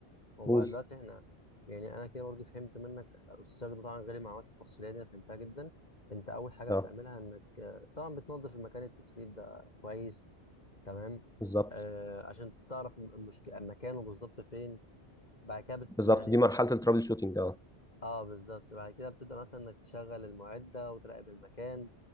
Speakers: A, on the left; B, in the centre.
A: هو
B: قول
A: دلوقتي احنا يعني انا كده برضو فهمت منك السياق ده طبعا غير المعلومات التفصيليه دي انا فهمتها جدا انت اول حاجه
B: اه
A: بتعملها انك آه، طبعا بتنظف المكان التسريب ده كويس تمام
B: بالظبط
A: آه عشان تعرف المشكله مكانه بالظبط فين بعد كده بت
B: بالظبط
A: يعني
B: دي
A: بت
B: مرحله الترابل شوتنج اه
A: اه بالظبط بعد كده بتبدا مثلا انك تشغل المعده وتراقب المكان